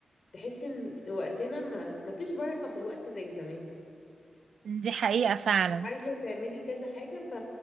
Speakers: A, on the left; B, on the right.
A: تحس ان وقتنا ما ما فيش بركة في الوقت زي زمان
B: دي حقيقة فعلا
A: عايزة تعملي كذا حاجة ف